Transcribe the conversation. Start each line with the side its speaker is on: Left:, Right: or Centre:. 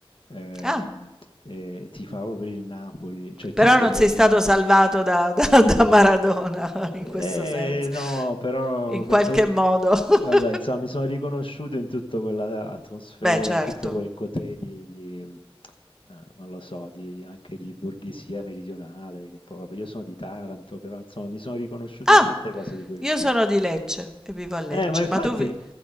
Left: ehm,
Centre: Ah,
Left: e tifavo per il Napoli, cioè tifo
Centre: però non
Left: per
Centre: sei
Left: il
Centre: stato
Left: Napoli
Centre: salvato da <laughs> da da Maradona <laughs> in
Left: eh,
Centre: questo senso,
Left: no, però
Centre: in
Left: beh,
Centre: qualche
Left: poi,
Centre: modo. <laughs>
Left: vabbè, insomma, mi sono riconosciuto in tutta quella atmosfera,
Centre: Beh, certo.
Left: in tutto quel cotè di, di, eh, non lo so, di, anche di borghesia meridionale, che un po', vabbè, io sono di Taranto, però insomma, mi sono riconosciuto
Centre: Ah,
Left: in tante cose di quel
Centre: io
Left: film.
Centre: sono di Lecce e vivo a Lecce,
Left: Eh, ma infatti,
Centre: ma tu vi